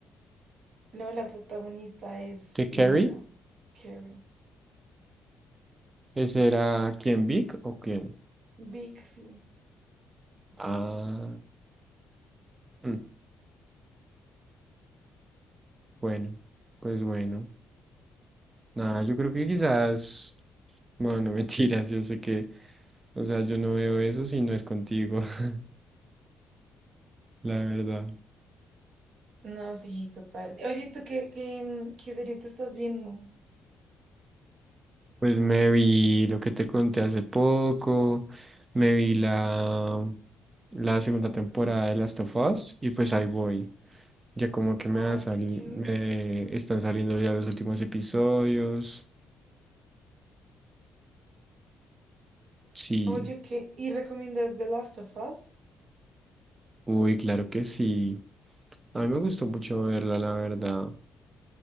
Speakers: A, on the right (about 70°); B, on the right (about 25°).
A: No, la protagonista es
B: ¿De carry
A: la mona, Carrie.
B: ¿Ese era quién, Vic o quién?
A: Vic, sí.
B: Ah, mm, bueno, pues bueno. Nada, yo creo que quizás, bueno, no <laughs> mentiras, yo sé que, o sea, yo no veo eso si no es contigo, <laughs> la verdad.
A: No, sí, total. Oye, ¿tú qué, qué, mm, qué serie te estás viendo?
B: Pues me vi lo que te conté hace poco, me vi la, la segunda temporada de Last of Us y pues ahí voy. Ya como que me,
A: Ay,
B: va a sali-
A: qué chévere.
B: me están saliendo ya los últimos episodios. Sí,
A: Oye, ¿qué? ¿Y recomiendas The Last of Us?
B: uy, claro que sí. A mí me gustó mucho verla, la verdad.